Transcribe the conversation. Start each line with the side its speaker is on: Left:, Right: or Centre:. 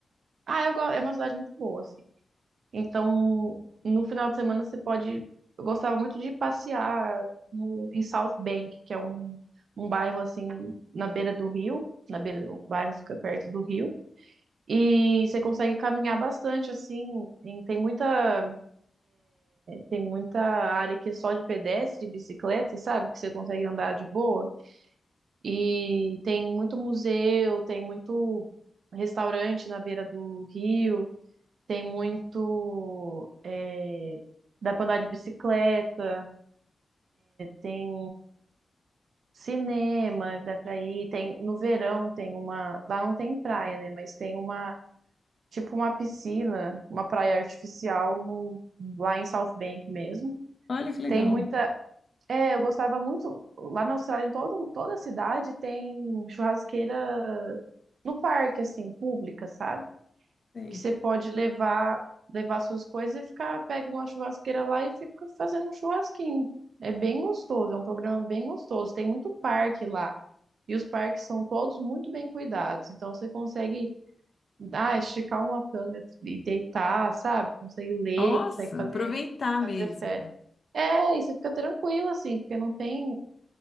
Right: ah, eu gosto, é uma cidade muito boa, assim. Então, no final de semana você pode, eu gostava muito de passear no, em South Bank, que é um, um bairro assim na beira do rio, na beira do o bairro fica perto do rio. E você consegue caminhar bastante, assim, em- tem muita, tem muita área que é só de pedestre, e bicicleta, sabe? Que você consegue andar de boa. E tem muito museu, tem muito restaurante na beira do rio, tem muito, é, dá pra andar de bicicleta, tem cinema, dá pra ir, tem, no verão tem uma, lá não tem praia, né? Mas tem uma tipo uma piscina, uma praia artificial no, lá em South Bank mesmo.
Left: Olha que legal.
Right: Tem muita. É, eu gostava muito. Lá na Austrália, em todo, toda a cidade tem churrasqueira no parque, assim, pública, sabe?
Left: Sei.
Right: Que você pode levar levar suas coisas e ficar, pega uma churrasqueira lá e fica fazendo um churrasquinho. É bem gostoso, é um programa bem gostoso. Tem muito parque lá. E os parques são todos muito bem cuidados. Então você consegue ah, esticar uma canga e deitar, sabe? Consegue ler,
Left: Nossa,
Right: consegue fazer,
Left: aproveitar
Right: fazer
Left: mesmo.
Right: fé. É, e você fica tranquilo, assim, porque não tem,